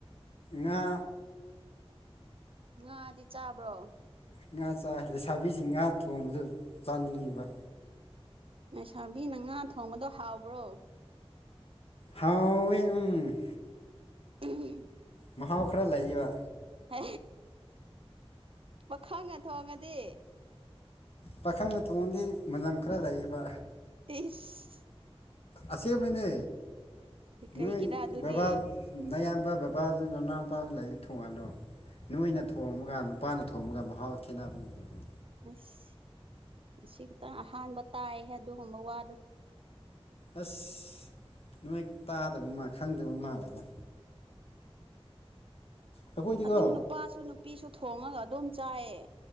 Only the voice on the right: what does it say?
ꯉꯥꯗꯤ ꯆꯥꯕ꯭ꯔꯣ
ꯂꯩꯁꯥꯕꯤꯅ ꯉꯥ ꯊꯣꯡꯕꯗꯣ ꯍꯥꯎꯕ꯭ꯔꯣ
ꯎꯝ
ꯍ ꯄꯈꯪꯅ ꯊꯣꯡꯉꯗꯤ
ꯏꯁ
ꯀꯩꯒꯤꯔ
ꯑꯗꯨꯗꯤ
ꯑꯁ ꯉꯁꯤ ꯈꯤꯇꯪ ꯑꯍꯥꯟꯕ ꯇꯥꯏꯍꯦ ꯑꯗꯨꯒꯨꯝꯕ ꯋꯥꯗꯣ
ꯑꯗꯨꯝ ꯅꯨꯄꯥꯁꯨ ꯅꯨꯄꯤꯁꯨ ꯊꯣꯡꯉꯒ ꯑꯗꯨꯝ ꯆꯥꯏꯌꯦ